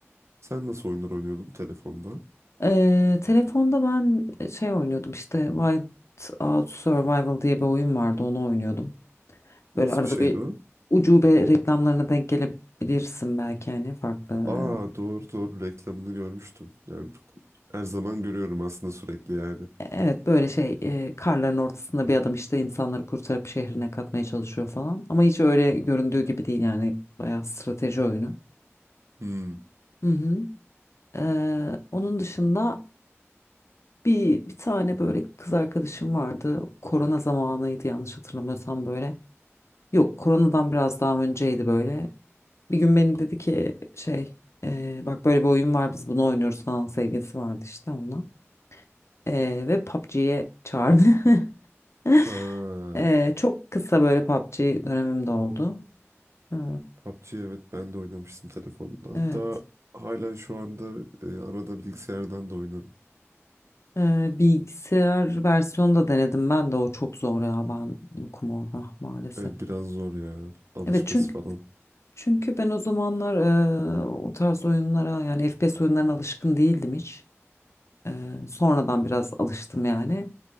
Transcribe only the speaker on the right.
Sen nasıl oyunlar oynuyordun telefonda?
Nasıl
bir şeydi
o?
Aa
doğru doğru reklamını görmüştüm. Yani her zaman görüyorum aslında sürekli yani.
Hmm.
Ha.
PUBG evet ben de oynamıştım telefonda. Hatta
hala şu anda e, arada bilgisayardan da oynarım.
Evet biraz zor ya alışması
falan.